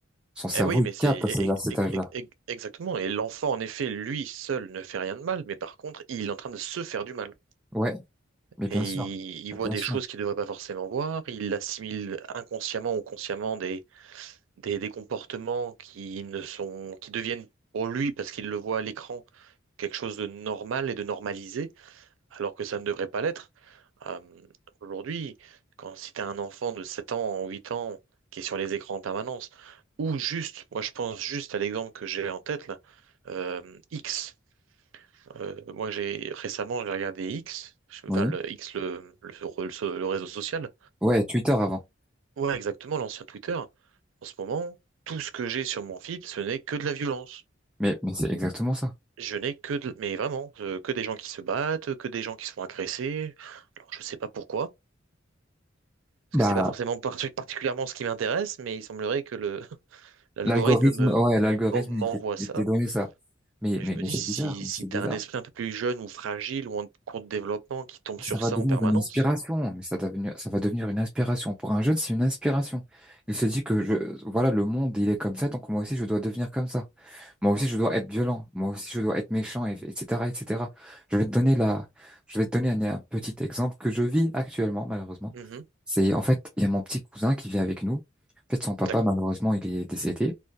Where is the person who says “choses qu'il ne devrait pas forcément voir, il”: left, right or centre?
Right